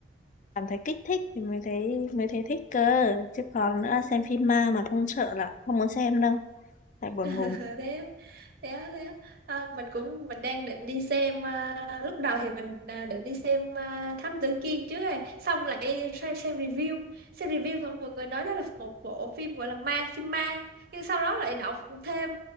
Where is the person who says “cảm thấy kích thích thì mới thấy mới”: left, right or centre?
Left